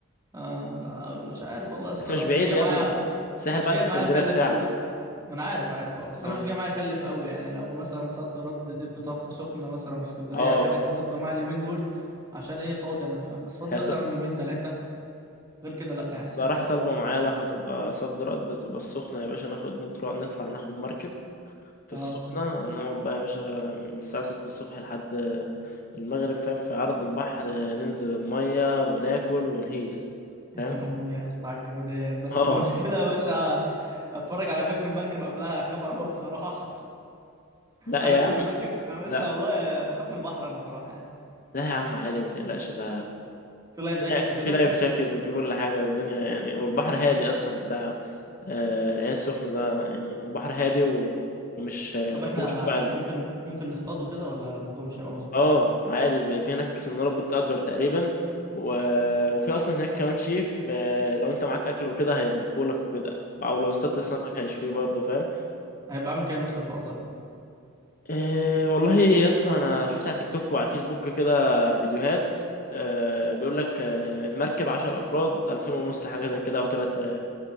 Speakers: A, on the right; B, on the left.
A: اه تع- مش عارف والله يا اسطى
B: بس مش
A: انا
B: بعيد
A: مش جاي
B: يا
A: معايا
B: ابني الساحل
A: مش
B: بعد
A: جاي
B: اسكندريه
A: معايا اكلف
B: بساعه
A: قوي يا اسطى ما انا عارف عارف اه بس
B: اه
A: انا مش جاي معايا اكلف قوي يعني لو مثلا صد رد دب طخ سخنه مثلا اسكندريه
B: اه
A: الحاجات دي ظابطه معايا اليومين دول عشان ايه فاضي انا فاهم بس فاضي
B: هي
A: مثلا
B: ص-
A: يومين ثلاثه غير كده لا يعني
B: صراحه طالبه معايا لو هتبقى صد رد تبقى السخنه يا باشا ناخد نطلع نطلع ناخد مركب في
A: اه
B: السخنة نقعد بقى يا باشا من الساعة ستة الصبح لحد المغرب فاهم في عرض البحر ننزل المية وناكل ونهيس
A: يا
B: فاهم
A: دين امي يا اسطى على الجمدان
B: <laughs>
A: بس
B: اه
A: المشكله يا باشا اتفرج على فيلم المركب قبلها اخاف اروح صراحه <laughs>
B: لا
A: عارف
B: يا
A: فيلم
B: عم
A: المركب انا
B: لا
A: لسه والله بخاف من البحر انا صراحه يعني
B: لا يا عم عادي ما تقلقش ده
A: في لايف جاكيت
B: يعني
A: وكده
B: في لايف جاكيت وفي كل حاجة والدنيا يعني والبحر هادي أصلا بتاع آه، العين السخنة ده يعني البحر هادي و- ومش ما
A: طب احنا
B: فيهوش وجع
A: احنا ممكن ممكن نصطاد وكده ولا الموضوع مش هيبقى مظبوط
B: اه عادي بيبقى في هناك سنارات بتأجر تقريبا و... وفي اصلا هناك كمان شيف آه، لو انت معاك اكل وكده هيطبخولك وكده او لو اصطدت السمك
A: لا.
B: هيشويه برضه فاهم
A: هيبقى عامل كام يا اسطى الحوار ده
B: إيه والله يا اسطى انا شفت على تيك توك وعلى الفيسبوك كده فيديوهات آه بيقول لك آه المركب 10 افراد 2000 ونص حاجه زي كده او 3000